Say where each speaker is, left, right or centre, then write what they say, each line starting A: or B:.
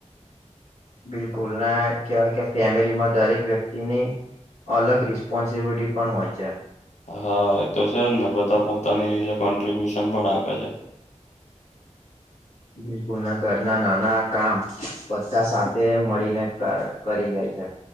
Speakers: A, on the left; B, on the left.
A: બિલકુલ ના કેવાય કે ફેમિલી માં દરેક વ્યક્તિની અલગ રિસ્પોન્સિબિલિટી પણ હોય છે.
B: હા એ તો છે જ ને બધા પોતાની રીતે કોન્ટ્રિબ્યુશન પણ આપે છે.
A: બિલકુલ ના ઘરના નાના કામ બધા સાથે મળીને ક કરી જાય છે.